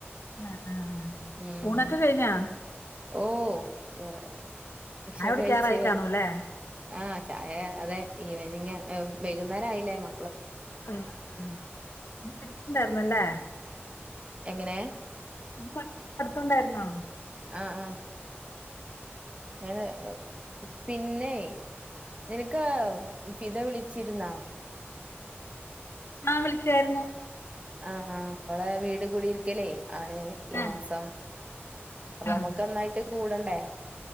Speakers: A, on the left; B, on the right.
A: ആ ആഹ്
B: ഉം
A: ഊണൊക്കെ കഴിഞ്ഞാ
B: ഓഹ് <unintelligible> ഭക്ഷണം
A: ചായ കുടിക്കാറായി
B: കഴിച്ച വെറുതെ
A: കാണൂല്ലേ
B: ആഹ് ചായ അതെ ഈവനിങാ വൈകുന്നേരാആയില്ലേ മ
A: ഉം ഉം ണ്ടായിന്നല്ലേ
B: എങ്ങനെ
A: ഇത് മറ്റ മറ്റുണ്ടായിരുന്നാ
B: ആഹാ ആഹ് അങ്ങെ പിന്നെ നിനക്കാ ഫിത വിളിച്ചിരുന്നാ
A: ആഹ് വിളിച്ചായിരുന്നു
B: ആഹ് ആഹ് അവളെ വീട് കൂടിരിക്കലേ ആണ് ഈ
A: ആഹ്
B: മാസം അപ്പൊ
A: ആഹ്
B: നമ്മക്ക് ഒന്നായിട്ട് കൂടണ്ടേ